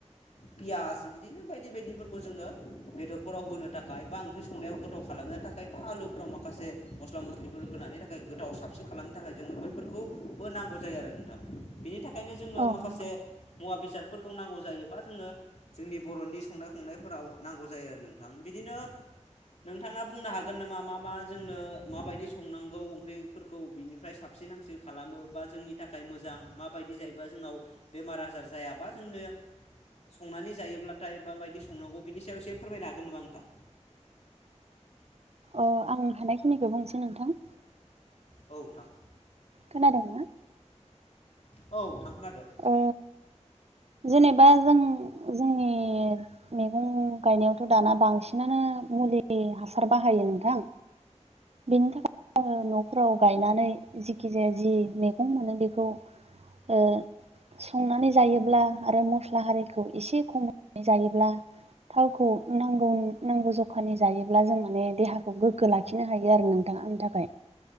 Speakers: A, on the left; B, on the right.
A: पियास बिदिनो बायदि बायदिफोरखौ जोङो बेदरफोराव होनो थाखाय बा ओंख्रि संनायाव गोथाव खालामनो थाखाय बा आलुफोराव माख से मस्ला मस्लिफोर होनानि थाखाय गोथाव साबसिन खालामनो थाखाय जोंनो बैफोरखौबो नांगौ जायो आरो नोंथां। बिनि थाखायनो जोंनो
B: औ
A: माखासे
B: नंगौ
A: मुवा बेसादफोरखौ नांगौ जायोबा जोंनो जोंनि बरनि संनाय खावनायफोराव नांगौ जायो आरो नोंथां बिदिनो नोंथाङा बुंनो हागोन नामा मा मा जोंनो माबायदि संनांगौ ओंख्रिफोरखौ बिनिफ्राय साबस सिन हामसिन खालामो बा जोंनि थाखाय मोजां माबायदि जायोबा जोंनाव बेमार आजार जायाबा जोंनो संनानै जायोब्ला थाइ बाबायदि संनांगौ बिनि सायाव एसे फोरमायनो हागोन नामा नोंथां?
B: अ आं हानायखिनिखौ बुंसै नोंथां
A: औ नोंथां
B: खोनादोंना
A: औ। नोंथां खोनादों
B: ओ जेनेबा जों जोंनि मैगं गायनायावथ दाना बांसिनानो मुलि हासार बाहायो नोंथां। बिनि थाखाय नफोराव गायनानै जिखि जाया जि मैगं मोनो बेखौ ओ संनानै जायोब्ला आरो मस्ला हारिखौ एसे होनानै जायोब्ला थावखौ नांगौ नांगौ जखानि जायोब्ला जों माने देहाखौ गोग्गो लाखिनो हायो आरो नों थां आंनि थाखाय